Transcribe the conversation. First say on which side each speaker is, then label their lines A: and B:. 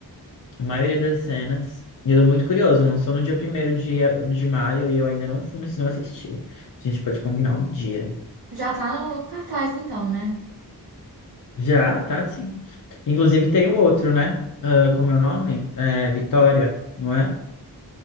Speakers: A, on the left; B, on the right.
A: a maioria das cenas. E eu tô muito curioso, lançou no dia primeiro de, de maio e eu ainda não fui no cinema assistir. A gente pode combinar um dia.
B: Já tá no cartaz, então, né?
A: Já, tá, sim. Inclusive tem o outro, né? Ah, como é o nome? É, Vitória, não é?